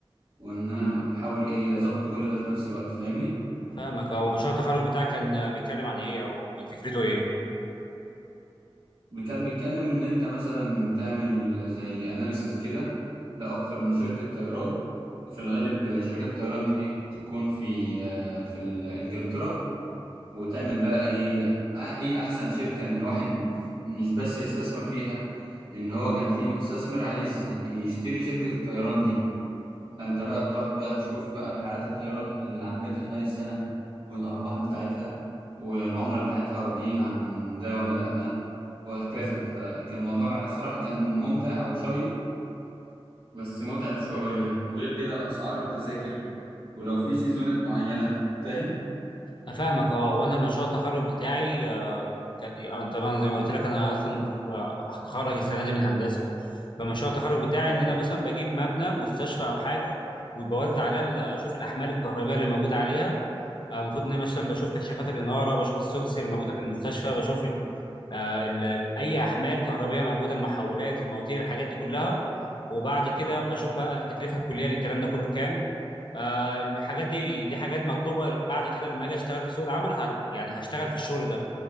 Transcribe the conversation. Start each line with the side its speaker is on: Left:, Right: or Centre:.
Right: وان انا بحاول ايه اظبط كل ده في نفس الوقت فاهمني
Left: فاهمك اه ومشروع التخرج بتاعك كان آه، بيتكلم عن ايه او فكرته ايه؟
Right: كان بيتكلم ان انت مثلا تعمل زي اناليسز كده لاكتر من شركه طيران وفي الغالب شركات الطيران دي تكون في آه، في انجلترا وتعمل بقى ايه أه- ايه احسن شركة ان الواحد مش بس يستثمر فيها ان هو كان في مستثمر عايز يشتري شركة الطيران دي فانت بقى بتقعد بقى تشوف بقى رحلات الطيران اللي عملتها خلال السنة والارباح بتاعتها والعملاء بتاعتها راضيين عن ده ولا لأ وهكذا فكان موضوع صراحة كان ممتع وشيق بس متعب شوية وغير كده اسعار التذاكر ولو في سيزونات معينة فاهم؟
Left: أنا فاهمك اه وانا المشروع التخرج بتاعي آه، ك... آه، طبعا زي ما قلت لك انا اصلا آه، هتخرج السنه دي من هندسه فمشروع التخرج بتاعي
Right: اه
Left: ان انا مثلا بجيب مبنى مستشفى او حاجه وبوزع عليها ال- اشوف الاحمال الكهربائيه اللي موجوده عليها آه، المفروض ان انا مثلا بشوف كشافات الاناره بشوف السوفس اللي موجوده في المستشفى بشوف آه، ال- ال- اي احمال كهربائيه موجوده المحولات المواتير الحاجات دي كلها وبعد كده بشوف بقى التكلفه الكليه للكلام ده كله كام آه، الحاجات دي دي حاجات مطلوبه بعد كده لما اجي اشتغل في سوق العمل هت يعني هشتغل في الشغل ده